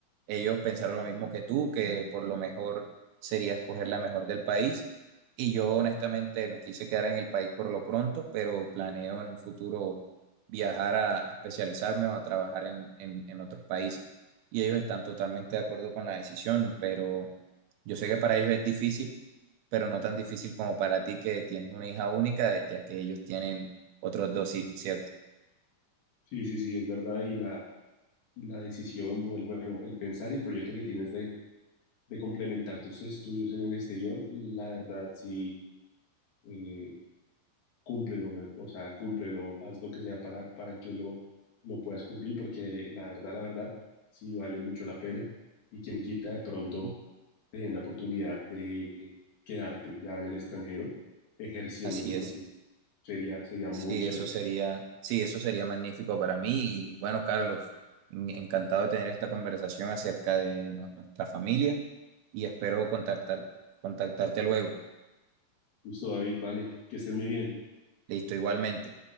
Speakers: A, on the right; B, on the left.
A: Ellos pensaron lo mismo que tú, que por lo mejor sería escoger la mejor del país. Y yo honestamente me quise quedar en el país por lo pronto, pero planeo en un futuro viajar a, a especializarme o a trabajar en, en, en otros países. Y ellos están totalmente de acuerdo con la decisión, pero yo sé que para ellos es difícil pero no tan difícil como para ti que tienes una hija única, ya que ellos tienen otros dos hijos, ¿cierto?
B: Sí, sí, sí, es verdad. Y la, y la decisión, o el, bueno, el pensar y el proyecto que tienes de, de complementar tus estudios en el exterior, la verdad, sí eh, cúmplelo, me- o sea, cúmplelo, haz lo que sea para, para que lo, lo puedas cumplir, porque la verdad, la verdad, sí vale mucho la pena. Y quien quita de pronto
A: ¿Mm?
B: te den la oportunidad de quedarte ya en el extranjero ejerciendo
A: Así
B: tu
A: es.
B: profesión. Sería, sería
A: Sí,
B: muy chévere.
A: eso sería, sí, eso sería magnífico para mí. Y bueno, Carlos, mm, encantado de tener esta conversación acerca de nu- nuestra familia y espero contactar, contactarte luego.
B: Listo, David, vale, que estés muy bien.
A: Listo, igualmente.